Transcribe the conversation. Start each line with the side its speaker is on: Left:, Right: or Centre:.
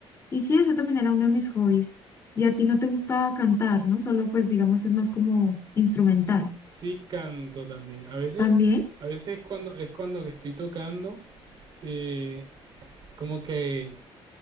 Left: Y sí, eso también era uno de mis hobbies. Y a ti no te gusta cantar, ¿no? Solo pues digamos es más como instrumental.
Right: Sí, sí canto también. A veces,
Left: También,
Right: a veces cuando es cuando que estoy tocando, eh, como que